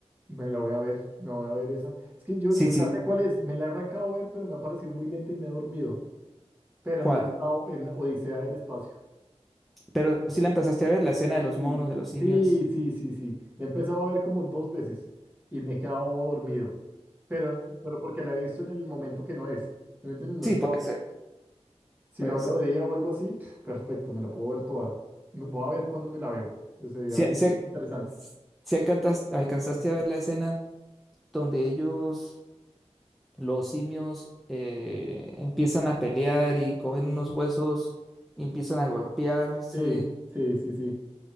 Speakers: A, on the right; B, in the centre.
A: me la voy a ver, me voy a ver esa. Es que yo,
B: Sí,
A: yo
B: sí,
A: ya sé cuál es, me la he arrancado a ver, pero me ha parecido muy lenta y me he dormido. Pero
B: ¿cuál?
A: no he estado en Odisea del Espacio.
B: Pero si la empezaste a ver, la escena de
A: Sí,
B: los monos, de los simios.
A: sí, sí, sí, sí. La he empezado a ver como dos veces y me he quedado dormido. Pero, pero porque la he visto en el momento que no es. ¿Sí me entiendes? No
B: Sí,
A: he estado
B: puede ser,
A: Si
B: puede
A: la veo
B: ser.
A: de día o algo así, pf, perfecto, me la puedo ver toda. Me- Voy a ver cuándo me la veo. Pues sería
B: Si,
A: bien
B: si al-
A: interesante.
B: si alcantas- alcanzaste a ver la escena donde ellos, los simios, eh, empiezan a pelear y cogen unos huesos y empiezan a golpearse.
A: Sí, sí, sí, sí.